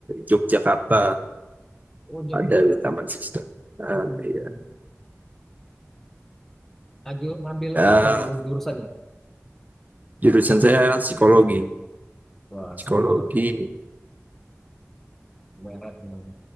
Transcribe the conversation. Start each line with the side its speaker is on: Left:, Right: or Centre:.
Right: Yogyakarta
Centre: Oh Jogja.
Right: ada di Taman Siswa. Eh,
Centre: Hmm.
Right: iya.
Centre: Aju, ngambil
Right: Ya,
Centre: apa ju- jurusannya?
Right: jurusan saya psikologi.
Centre: Wah, psikologi.
Right: Psikologi.
Centre: Berat nih.